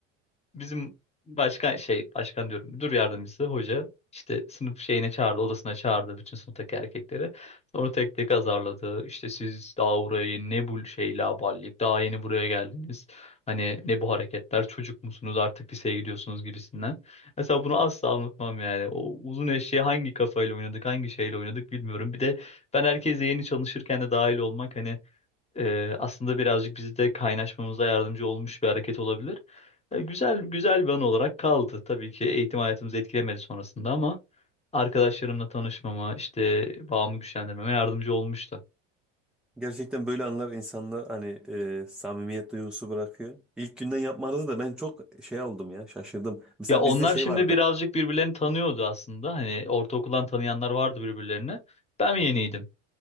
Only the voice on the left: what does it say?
Bizim başkan şey başkan diyorum müdür yardımcısı hoca işte sınıf şeyine çağırdı odasına çağırdı bütün sınıftaki erkekleri. Sonra tek tek azarladı. İşte siz daha burayı ne bu şey laballik daha yeni buraya geldiniz. Hani ne bu hareketler çocuk musunuz artık liseye gidiyorsunuz gibisinden. Mesela bunu asla unutmam yani. O uzun eşeği hangi kafayla oynadık hangi şeyle oynadık bilmiyorum. Bir de ben herkese yeni çalışırken de dahil olmak hani ee, aslında birazcık bizi de kaynaşmamıza yardımcı olmuş bir hareket olabilir. Ee, güzel güzel bir an olarak kaldı. Tabii ki eğitim hayatımızı etkilemedi sonrasında ama arkadaşlarımla tanışmama, işte bağımı güçlendirmeme yardımcı olmuştu.
Ya onlar
şimdi
birazcık birbirlerini tanıyordu aslında. Hani ortaokuldan tanıyanlar vardı birbirlerine. Ben yeniydim.